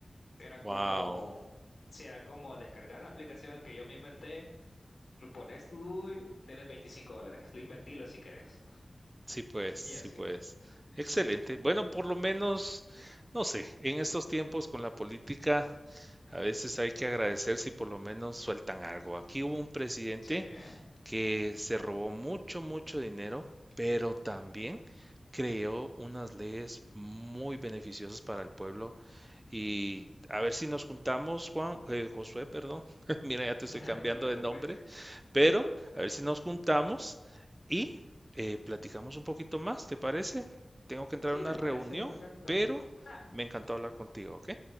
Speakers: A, on the left; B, on the right.
A: Era como,
B: Wow.
A: si era como descargar la aplicación que yo me inventé, y pones tu DUI, tienes 25 dólares, lo invertilo si querés.
B: Sí, pues, sí,
A: Y así.
B: pues. Excelente. Bueno, por lo menos, no sé, en estos tiempos con la política, a veces hay que agradecer si por lo menos sueltan algo. Aquí hubo un presidente
A: Sí, <laughs>
B: que se robó mucho, mucho dinero, pero también creó unas leyes muy beneficiosas para el pueblo y a ver si nos juntamos, Juan, eh, Josué, perdón. <laughs> Mira, ya te estoy
A: no
B: cambiando
A: te preocupes.
B: de nombre, pero a ver si nos juntamos y eh, platicamos un poquito más, ¿te parece? Tengo que entrar
A: Sí,
B: a una
A: me
B: reunión,
A: parece perfecto.
B: pero
A: Ah,
B: me encantó hablar contigo, ¿ok?